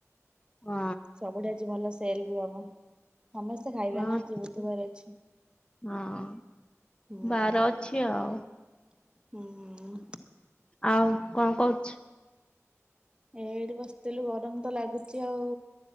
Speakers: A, on the left; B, on the right.
A: ହଁ
B: ସବୁଠେ ଆଜି ଭଲ ସ ସେଲ ବି ହବ୍। ସମସ୍ତେ ଖାଇବେ
A: ହଁ
B: ନା ଆଜି ବୁଧବାର ଅଛି
A: ହଁ
B: ହୁଁ।
A: ବାର ଅଛି ଆଉ।
B: ହୁଁ।
A: ଆଉ କଣ କରୁଛୁ?
B: ଏଇଠି ବସିଥିଲୁ ଗରମ ତ ଲାଗୁଚି ଆଉ।